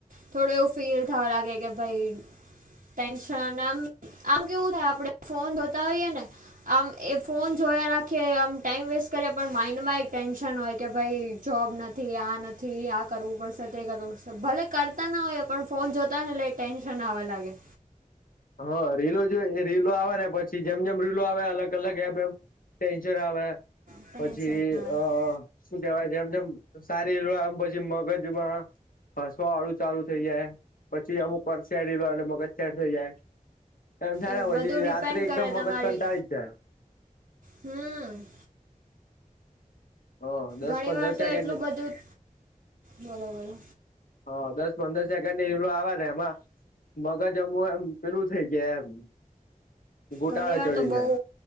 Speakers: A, on the right; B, on the left.
A: થોડું એવું ફીલ થવા લાગે કે, ભાઈ ટેન્શન, આમ, આમ કેવું થાય, આપણે ફોન જોતા હોઈએ ને આમ એ ફોન જોયા રાખીએ, આમ ટાઈમ વેસ્ટ કરીએ, પણ માઈન્ડમાં એક ટેન્શન હોય કે, ભાઈ, જોબ નથી, આ નથી. થી આ કરવું પડશે, તે કરવું પડશે. ભલે, કરતા ના હોયએ, પણ ફોન જોતા હોય ને એટલે ટેન્શન આવવા લાગે.
B: હા, રીલો, જો રીલો આવે ને, પછી જેમ જેમ રીલો આવે અલગ અલગ એમ એમ ટેન્જર આવે
A: ટેન્શન
B: પછી
A: આવે
B: અ. શું કેવાય છે, જેમ જેમ સારી રિલો આવે પછી મગજમાં હસવા વાળું ચાલું થઇ જાય, પછી અમુક વાર સેડ રીલો આવે, એટલે મગજ સેડ થઈ જાય. એમ થાય
A: એ
B: ને પછી
A: બધું ડિપેન્ડ
B: રાત્રે એકદમ
A: કરે
B: મગજ
A: તમારી
B: કંટાળી જ જાય.
A: હમ.
B: હ, દસ
A: ઘણી
B: પંદર
A: વાર
B: સેકન્ડ
A: તો એટલું બધું બોલો બોલો
B: હ, દસ પંદર સેકન્ડની રીલો આવેને, એમાં મગજ અમું એમ પેલું થઇ જાય એમ, ગોટાળે
A: ઘણી વાર
B: ચડી
A: તો બહુ
B: જાય.